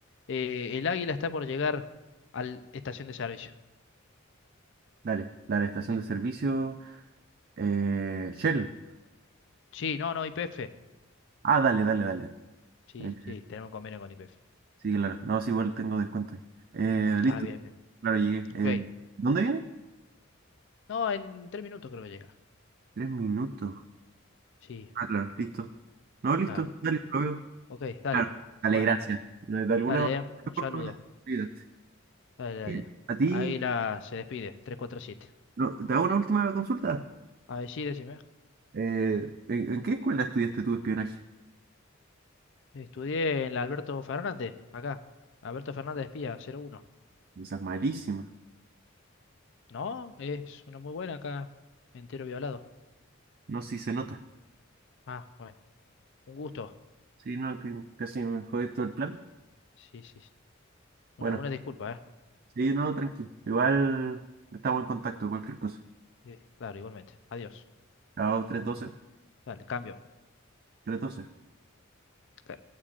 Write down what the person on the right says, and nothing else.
Dale, dale, estación de servicio. Eh, Shell.
Ah, dale, dale, dale.
Eh,
Sí, claro. No, sí, igual tengo descuento ahí. Eh, listo.
Claro, llegué. Eh,
¿dónde viene?
Tres minutos.
Ah, claro, listo. No, listo.
Dale, lo veo.
Claro. Dale,
gracias. Eh, De alguna
forma
me ayudaste.
Eh, A ti,
no, te hago una última consulta.
Eh, ¿en, en qué escuela estudiaste tu espionaje?
Esa es malísima.
No, sí se nota.
Sí, no, que casi me jodé todo el plan.
Bueno,
sí, no, tranqui. Igual estamos en contacto, cualquier cosa.
Chao, tres doce
tres doce.